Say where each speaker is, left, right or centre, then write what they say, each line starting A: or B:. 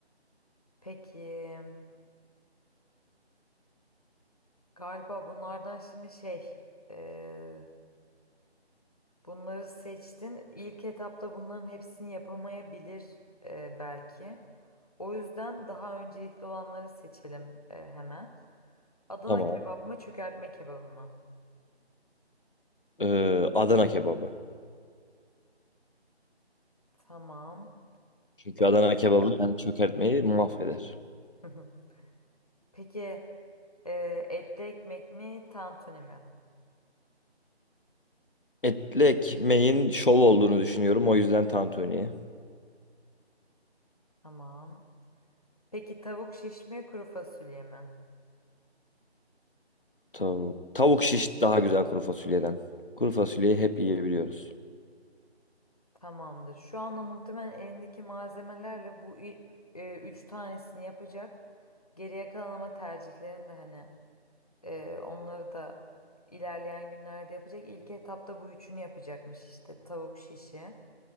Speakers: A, on the left; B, on the left.
A: Peki galiba bunlardan şimdi şey eee, bunları seçtin. İlk etapta bunların hepsini yapamayabilir eee, belki. O yüzden daha öncelikli olanları seçelim eee, hemen. Adana
B: Tamam.
A: kebap mı çökertme kebabı mı?
B: Ee, Adana kebabı.
A: Tamam.
B: Çünkü
A: Eee,
B: Adana kebabı yani çökertmeyi mahveder.
A: <laughs> Peki. Ee, etli ekmek mi, tantuni mi?
B: Etli ekmeğin şov olduğunu düşünüyorum. O yüzden tantuniye.
A: Tamam. Peki tavuk şiş mi, kuru fasulye mi?
B: Tavuk. Tavuk şiş daha güzel kuru fasulyeden. Kuru fasulyeyi hep yiyebiliyoruz.
A: Tamamdır. Şu anda muhtemelen elindeki malzemelerle bu i- e, üç tanesini yapacak. Geriye kalan ama tercihlerin de hani e, onları da ilerleyen günlerde yapacak. İlk etapta bu üçünü yapacakmış işte. Tavuk şişi,